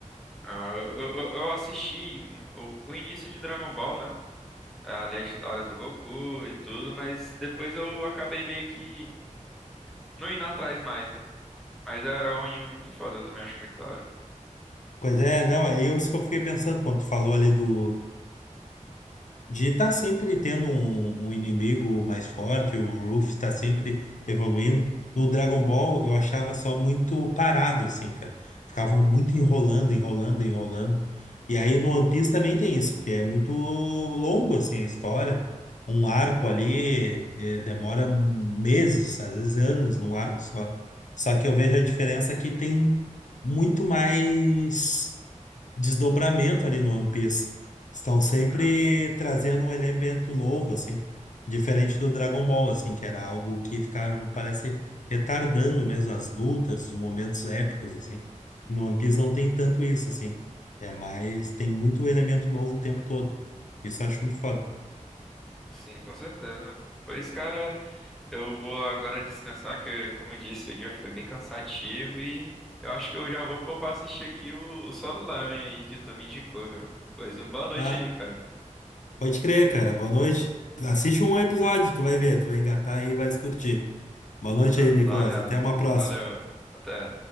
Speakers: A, in the centre; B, on the left.
A: Ah, eu, eu, eu assisti o, o início de Dragon Ball, né? É, Ali a história do Goku e tudo, mas depois eu acabei meio que não indo atrás mais, né? Mas é é um anime muito foda, eu também acho muito da hora.
B: Pois é, não, aí eu, isso que eu fiquei pensando quando tu falou ali do. De estar sempre tendo um, um inimigo mais forte, o Ruff está sempre evoluindo. No Dragon Ball eu achava só muito parado, assim, cara. Ficavam muito enrolando, enrolando, enrolando. E aí no One Piece também tem isso, porque é muito longo, assim, a história. Um arco ali eh, demora meses, às vezes anos, num arco só. Só que eu vejo a diferença que tem muito mais desdobramento ali no One Piece. Estão sempre
A: Ah,
B: trazendo um elemento novo, assim, diferente do Dragon Ball, assim, que era algo que ficava, parece, retardando mesmo as lutas, os momentos épicos, assim. E no One Piece não tem tanto isso, assim. É mais, tem muito elemento novo o tempo todo. Isso eu acho muito foda.
A: sim, com certeza. Pois, cara, eu vou agora descansar, que, como eu disse, o dia foi bem cansativo e eu acho que eu já vou pôr pra assistir aqui o, o Solo Leveling aí que tu me indicou, viu? Pois, uma boa noite
B: Ah,
A: aí, cara.
B: pode crer, cara. Boa noite. Assiste um episódio, tu vai ver, tu vai engatar aí e vai se curtir. Boa noite
A: Ah,
B: aí,
A: vou
B: Nicolas.
A: dar uma olhada.
B: Até uma próxima.
A: Valeu. Até.